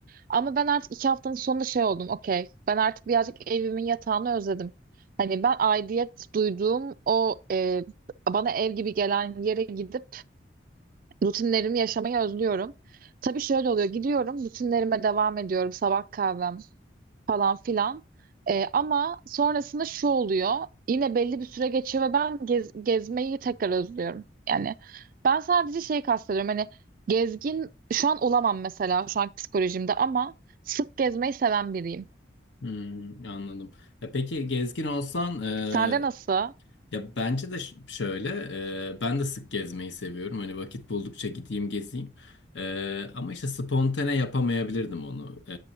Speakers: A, on the right; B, on the left.
A: Ama ben artık iki haftanın sonunda şey oldum. Okey. Ben artık birazcık evimin yatağını özledim. Hani ben aidiyet duyduğum o e, bana ev gibi gelen yere gidip rutinlerimi yaşamayı özlüyorum. Tabii şöyle oluyor. Gidiyorum rutinlerime devam ediyorum. Sabah kahvem, falan filan. Ee, ama sonrasında şu oluyor. Yine belli bir süre geçiyor ve ben gez- gezmeyi tekrar özlüyorum. Yani ben sadece şey kastediyorum. Hani gezgin şu an olamam mesela şu an psikolojimde ama sık gezmeyi seven biriyim.
B: Hmm, anladım. Ya peki gezgin olsan e,
A: Sende nasıl?
B: ya bence de ş- şöyle e, ben de sık gezmeyi seviyorum. Hani vakit buldukça gideyim gezeyim. E, ama işte spontane yapamayabilirdim onu. E,